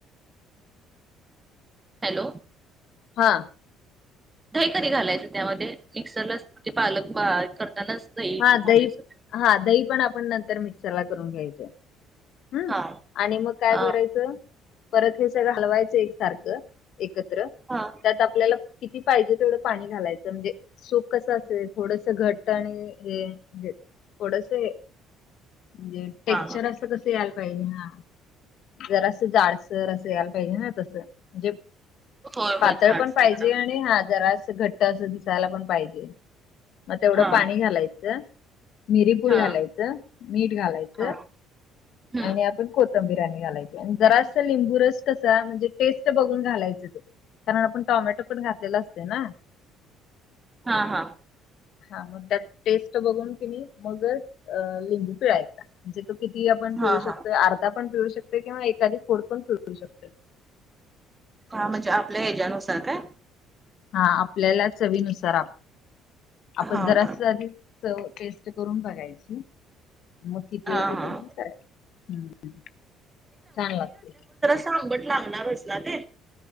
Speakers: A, on the right; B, on the left.
A: हॅलो,
B: हा.
A: दही कधी घालायचं त्यामध्ये? मिक्सरला म्हणजे पालक ब हे करतानाच.
B: हा
A: पण
B: दही,
A: घालायचं.
B: हा दही पण आपण नंतर मिक्सरला करून घ्यायचंय. हं.
A: हा
B: आणि मग काय
A: हा
B: करायचं? परत हे सगळं हलवायचं एक सारखं, एकत्र.
A: हा.
B: त्यात आपल्याला किती पाहिजे तेवढं पाणी घालायचं. म्हणजे सूप कसं असेल थोडस घट आणि <inaudible> थोडस हे म्हणजे टेक्चर
A: हा
B: अस कस या ला पाहिजे हा. जरा असं जाडसर असं यायला पाहिजे ना. तसं. म्हणजे
A: होय
B: पातळ
A: होय जाडसर
B: पण पाहिजे
A: करावं.
B: आणि हा जरा असं घट्ट अस दिसायला पण पाहिजे. मग तेवढं
A: हा
B: पाणी घालायचं. मिरीपूड
A: हा
B: घालायचं, मीठ घालायचं.
A: हा हम्म
B: आणि आपण कोथंबीर आणि घालायची. आणि जरा अस लिंबू रस कसा म्हणजे टेस्ट बघून घालायचं ते. कारण आपण टोमॅटो पण घातलेला असते ना.
A: हां हां.
B: हा मग त्यात टेस्ट बघून कि नी मगच अ लिंबू पिळायचा. म्हणजे तो किती आपण
A: हा
B: पिळू शकतो?
A: हा
B: अर्धा पण पिळू शकतो किंवा एखादी फोड पण पिळू शकतोय.
A: हा म्हणजे आपल्या ह्याच्यानुसार काय?
B: हा आपल्याला चवीनुसार. आप आपण
A: हा
B: जरास
A: हा.
B: आधी चव टेस्ट करून बघायची. म किती
A: हा
B: आहे ते
A: हा
B: बघून करायची. हं, छान लागते.
A: त आंबट लागणारच ना ते.